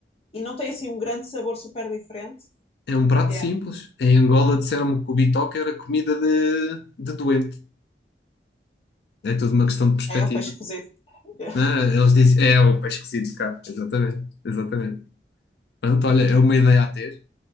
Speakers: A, on the left; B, on the left.
A: e não tem assim um grande sabor super diferente.
B: É um prato
A: Yeah.
B: simples. Em Angola disseram-me que o bitoque era comida de, de doente. É tudo uma questão de perspectiva.
A: É o peixe cozido. Yeah.
B: Ah, eles dizem, é o peixe cozido cá. Exatamente, exatamente. Pronto, olha, é uma ideia a ter.